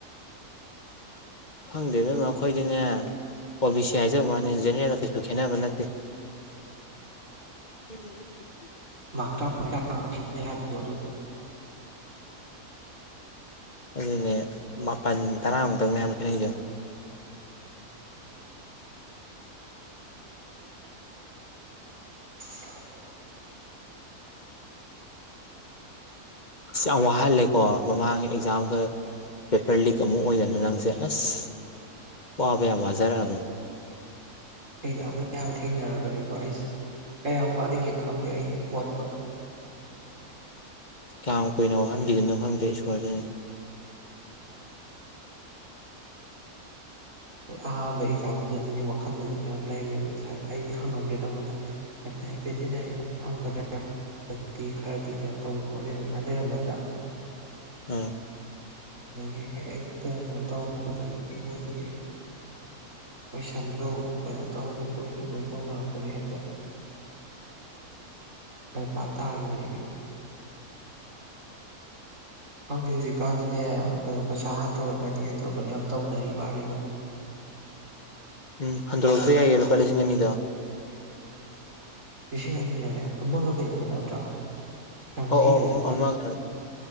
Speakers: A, on the left; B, on the right.
A: ꯈꯪꯗꯦꯗ ꯃ ꯑꯈꯣꯏꯗꯤꯅꯦ ꯑꯣ ꯕꯤ ꯁꯤ ꯍꯥꯏꯖꯕ
B: ꯎꯝ
A: ꯃꯥꯅꯤ ꯖꯦꯅꯦꯔꯦꯜ ꯀꯩꯁꯨ ꯈꯦꯅꯕ ꯅꯠꯇꯦ
B: ꯍꯣꯏ
A: ꯀ <inaudible>
B: ꯃꯛ ꯇꯔꯥꯃꯤ ꯇꯔ꯭ꯉꯥ ꯈꯦꯠꯅꯩ ꯍꯥꯏꯕꯗꯣ ꯑꯗꯨ
A: ꯑꯗꯨꯅꯦ ꯃꯥꯄꯜ ꯇꯔꯥꯃꯨꯛꯇꯪꯅꯦ ꯍꯥꯏꯕ ꯈꯦꯠꯅꯩꯁꯦ
B: ꯃꯥꯅꯤ ꯃꯥꯅꯤ <inaudible>
A: ꯌꯥꯝ ꯋꯥꯍꯜꯂꯦꯀꯣ ꯃꯃꯥꯡꯒꯤ ꯑꯦꯛꯖꯥꯝꯒ ꯄꯦꯄꯔ ꯂꯤꯛ ꯑꯃꯨꯛ ꯑꯣꯏꯗꯅ ꯅꯪꯁꯦ ꯑꯁ
B: ꯑꯁ
A: ꯋꯥꯕ ꯌꯥꯝ ꯋꯥꯖꯔꯛꯑꯕꯅꯤ
B: ꯊꯦꯡꯅꯑꯕ ꯌꯥꯕ ꯊꯦꯡꯅꯔꯕꯅꯤꯀꯣ ꯑꯩꯁꯦ ꯀꯌꯥꯝ ꯋꯥꯠꯂꯤꯒꯦ ꯈꯪꯗꯦ ꯑꯩ ꯋꯥꯠꯄ
A: ꯀꯌꯥꯝ ꯀꯨꯏꯅ ꯋꯥꯍꯟꯈꯤꯗꯅꯣ ꯈꯪꯗꯦ ꯏꯁꯣꯔꯁꯤꯅ
B: ꯎꯝ ꯑꯦ ꯑꯍꯥꯟꯕ ꯑꯦꯛꯖꯥꯝꯗꯗꯤꯅꯦ ꯋꯥꯈꯜꯒꯁ ꯈꯔ ꯂꯩꯨꯔꯕꯅꯦ ꯍꯥꯏꯕ ꯑꯩ ꯍꯪꯉꯝꯗ꯭ꯔꯦ ꯅꯪꯉꯣꯟꯗ ꯑꯩ ꯚꯦꯇꯤꯅꯔꯤ ꯐꯪꯒꯗ꯭ꯔꯥ ꯍꯟꯗꯛꯇꯤ ꯈꯔꯗꯤ ꯀꯩꯅꯣ ꯇꯧꯏꯦ ꯈꯣꯠꯂꯦ ꯑꯗꯨꯃꯥꯏꯅ ꯂꯩꯔꯝꯃꯗ꯭ꯔꯥ
A: ꯑ
B: ꯑꯗꯨꯒꯤ ꯍꯦꯛꯇ ꯀꯩꯅꯣ ꯇꯧꯔꯨꯕꯗꯒꯤ ꯃꯣꯏꯒꯤ ꯀꯣꯏꯁꯟꯗꯣ ꯀꯩꯅꯣ ꯇꯧ ꯂꯤꯛ ꯑꯣꯏ ꯂꯤꯛ ꯑꯣꯏ ꯇꯧꯅꯔꯛꯄꯗꯤ ꯍꯦꯛꯇ ꯃ ꯄꯥꯇꯒꯤꯕꯅꯦꯃꯤ ꯈꯪꯗꯦ ꯍꯧꯖꯤꯛꯀꯥꯟꯁꯤꯅꯦ ꯀꯩꯅꯣ ꯄꯩꯁꯥ ꯍꯟꯇꯣꯔꯛꯀꯅꯤ ꯍꯟꯇꯣꯔꯛꯀꯅꯤ ꯌꯥꯝ ꯇꯧꯅꯔꯤ ꯃꯥꯜꯂ ꯃꯣꯏꯛ
A: ꯎꯝ ꯍꯟꯗꯣꯔꯄ ꯌꯥꯏꯌꯦ ꯂꯨꯄꯥ ꯂꯤꯁꯤꯡ ꯑꯅꯤꯗꯣ
B: ꯎꯝ ꯂꯤꯁꯤꯡ ꯑꯅꯤ ꯂꯔꯦ ꯑꯃꯒ ꯀꯩꯗꯧꯀꯗ ꯅꯠꯇ꯭ꯔꯥ ꯆꯥꯝꯃꯔꯤꯔ
A: ꯑꯣ ꯑꯧ
B: ꯆꯧꯉꯥꯔ
A: ꯑꯣ ꯑꯃꯒꯩꯅ